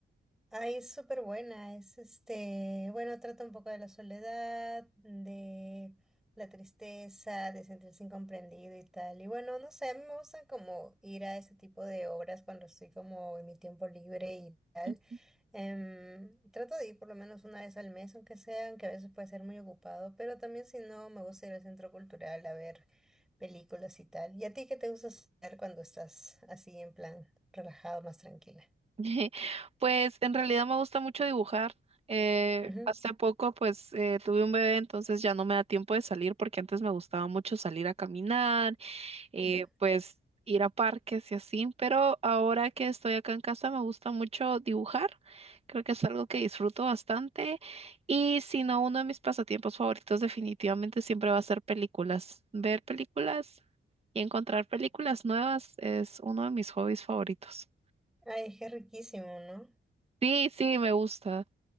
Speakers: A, in the centre; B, on the right.
A: Ay, es súper buena, es este, bueno, trata un poco de la soledad, de la tristeza, de sentirse incomprendido y tal. Y bueno, no sé, a mí me gusta como ir a ese tipo de obras cuando estoy como en mi tiempo libre y tal.
B: Ujú.
A: Em, trato de ir por lo menos una vez al mes, aunque sea, aunque a veces puede ser muy ocupado, pero también si no, me gusta ir al centro cultural a ver películas y tal. ¿Y a ti qué te gusta hacer cuando estás así en plan relajado, más tranquila?
B: <laughs> Pues en realidad me gusta mucho dibujar. Eh,
A: Ujú,
B: hace poco pues eh, tuve un bebé, entonces ya no me da tiempo de salir porque antes me gustaba mucho salir a caminar eh,
A: ujú.
B: pues ir a parques y así, pero ahora que estoy acá en casa me gusta mucho dibujar, creo que es algo que disfruto bastante y si no, uno de mis pasatiempos favoritos definitivamente siempre va a ser películas, ver películas y encontrar películas nuevas es uno de mis hobbies favoritos.
A: Ay, es riquísimo, ¿no?
B: Sí, sí, me gusta.